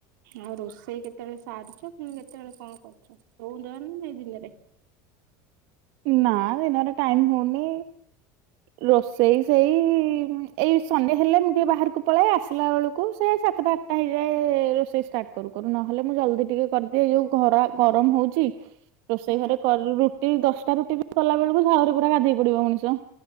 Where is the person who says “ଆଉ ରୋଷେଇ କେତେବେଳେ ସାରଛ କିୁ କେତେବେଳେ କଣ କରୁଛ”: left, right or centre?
Right